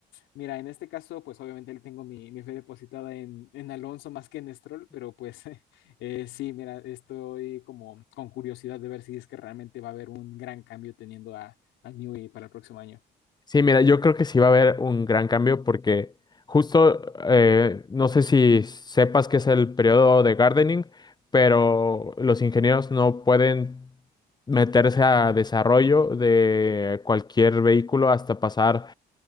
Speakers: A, on the left; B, on the left.
A: mira, en este caso pues obviamente él tengo mi, mi fe depositada en, en Alonso más que en Stroll, pero pues <laughs> eh, sí, mira, estoy como con curiosidad de ver si es que realmente va a haber un gran cambio teniendo a, a Newey para el próximo año.
B: Sí, mira, yo creo que sí va a haber un gran cambio porque justo, eh, no sé si sepas que es el periodo de gardening, pero los ingenieros no pueden meterse a desarrollo de cualquier vehículo hasta pasar